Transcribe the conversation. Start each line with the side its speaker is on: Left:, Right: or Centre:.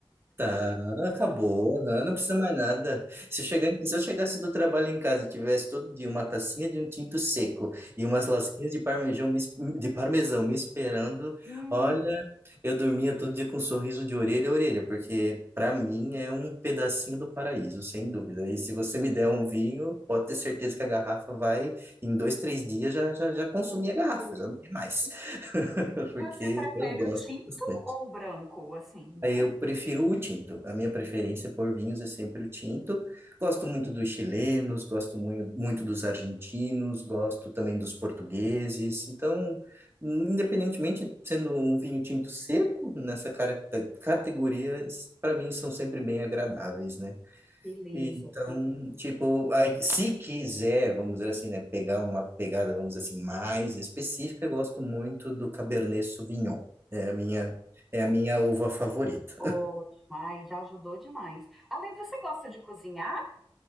Right: Tá, acabou, não Não precisa mais nada. Se eu chegar, em- se eu chegasse do trabalho em casa e tivesse todo dia uma tacinha de um tinto seco e umas lasquinhas de parmesão me, es- de parmesão me esperando,
Centre: Hum,
Right: olha, eu dormia todo dia com um sorriso de orelha a orelha, porque para mim é um pedacinho do paraíso, sem dúvida. E se você me der um vinho, pode ter certeza que a garrafa vai, em dois, três dias, já, já, já consumi a garrafa,
Centre: foi.
Right: já não tem mais.
Centre: E
Right: <laughs>
Centre: você
Right: Porque
Centre: prefere
Right: eu gosto
Centre: o tinto
Right: bastante.
Centre: ou o branco, assim?
Right: Aí Eu prefiro o tinto. A minha preferência por vinhos é sempre o tinto. Gosto muito dos chilenos, gosto muito, muito dos argentinos, gosto também dos portugueses. Então, independentemente sendo um vinho tinto seco, nessa cara- categoria, para mim são sempre bem agradáveis, né?
Centre: Beleza.
Right: E, Então, tipo, aí, se quiser, vamos dizer assim, né, pegar uma pegada, vamos dizer assim, mais específica, eu gosto muito do Cabernet Sauvignon. É a minha, é a minha uva favorita.
Centre: Oh, demais, já ajudou demais. Ale, você gosta de cozinhar?